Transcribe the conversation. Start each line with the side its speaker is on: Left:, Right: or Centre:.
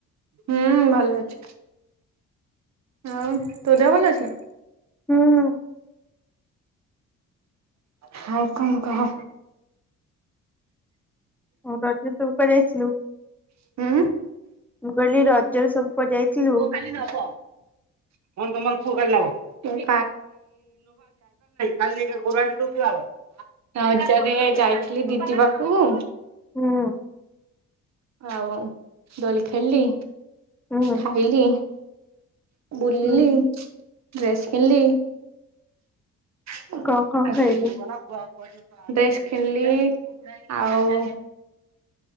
Right: ହୁଁ ଭଲ ଅଛି। ଆଉ ତୋ ଦେହ ଭଲ ଅଛି?
Centre: ହୁଁ।
Right: ହାଉ କଁ କହ
Centre: ମୁଁ କହିଲି ତୁ କୁଆଡେ ଯାଇଥିଲୁ ମୁଁ
Right: ହୁଁ
Centre: କହିଲି ରଜ ଜରେ ସବୁ କୁଆଡ଼େ ଯାଇଥିଲୁ?
Right: <inaudible> ନବ। <unintelligible> କାଲି କାଲି <unintelligible> ରଜରେ ଯାଇଥିଲି ଦିଦି ପାଖକୁ
Centre: ହୁଁ
Right: ଆଉ ଦୋଳି ଖେଳିଲି
Centre: ହୁଁ
Right: ଖାଇଲି ବୁଲିଲି
Centre: ହୁଁ
Right: ଡ୍ରେସ୍ କିଣଲି <inaudible>
Centre: କଣ କଣ ଖାଇଲୁ
Right: ଡ୍ରେସ୍ କିଣଲି ଆଉ